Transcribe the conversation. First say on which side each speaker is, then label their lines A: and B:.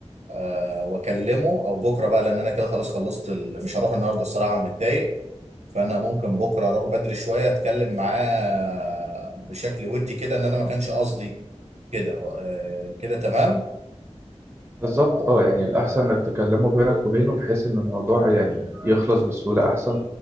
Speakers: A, on the right; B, on the right.
A: آه، واكلمه او بكره بقى لان انا كده خلاص خلصت ال... مش هروح النهارده الصراحه متضايق فانا ممكن بكره اروح بدري شويه اتكلم معاه بشكل ودي كده ان انا ما كانش قصدي كده آه، كده تمام
B: بالظبط اه يعني الأحسن إنك تكلمه بينك وبينه بحيث إن الموضوع يعني يخلص بسهولة أحسن